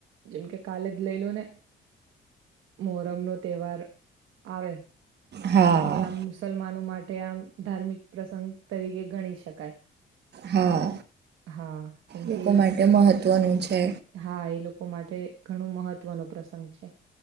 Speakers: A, on the right; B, on the right.
A: જેમ કે કાલે જ લઈ લો ને મોહરમ નો તહેવાર આવે
B: હા
A: તો એમ મુસલમાનો માટે આ ધાર્મિક પ્રસંગ તરીકે ગણી શકાય
B: હા
A: હા કેમ
B: લોકો
A: કે
B: માટે મહત્ત્વનું છે
A: હા એ લોકો માટે ઘણું મહત્વનો પ્રસંગ છે